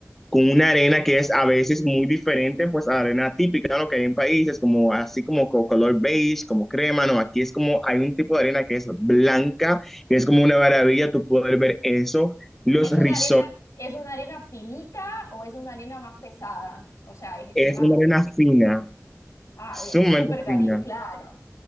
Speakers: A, in the centre; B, on the left.
A: con una arena que es a veces muy diferente pues a la arena típica, ¿no? que hay en países como así como co- color beige, como crema, ¿no? Aquí es como hay un tipo de arena que es blanca, que es como una maravilla tu poder ver eso. Los
B: ¿Y es una
A: resorts
B: arena, es una arena finita o es una arena más pesada? O sea, es,
A: Es
B: es más...
A: una arena fina,
B: Ah,
A: sumamente
B: bien, súper Caribe,
A: fina.
B: claro.